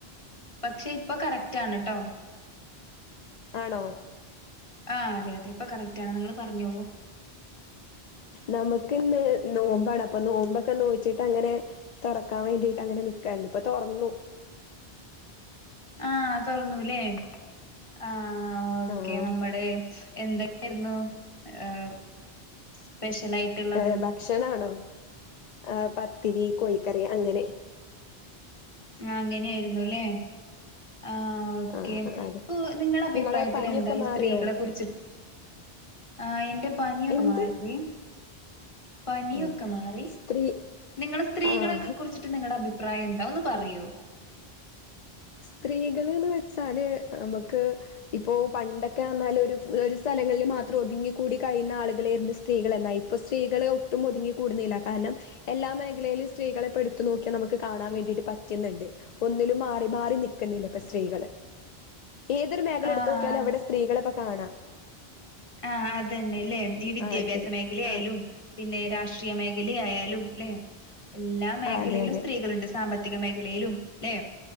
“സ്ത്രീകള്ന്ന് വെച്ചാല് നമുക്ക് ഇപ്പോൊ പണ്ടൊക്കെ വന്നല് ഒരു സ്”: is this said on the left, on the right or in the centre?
Left